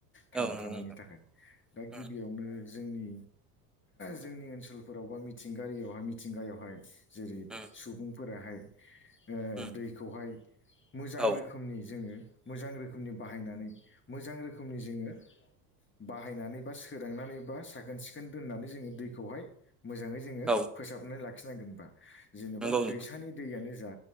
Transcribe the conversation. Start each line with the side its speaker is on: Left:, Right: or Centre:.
Left: थांना
Centre: औ नंगौ
Left: थानायनि
Centre: नोंथां
Left: थाखाय दा
Centre: उम
Left: गिबियावनो जोंनि जोंनि ओनसोलफोराव बा मिथिंगारियावहाय मिथिंगायावहाय जेरै
Centre: उम
Left: सुबुंफोराहाय ओ
Centre: उम
Left: दैखौहाय मोजां
Centre: औ
Left: रोखोमनि जोङो मोजां रोखोमनि बाहायनानै मोजां रोखोमनि जोङो बाहायनानै बा सोदांनानै बा साखोन सिखोन दोननानै जोङो दैखौहाय मोजाङै जोङो
Centre: औ
Left: फोसाबनानै लाखिनांगोनबा जेनेबा
Centre: नंगौ नोंथां
Left: दैसानि दैयानो जा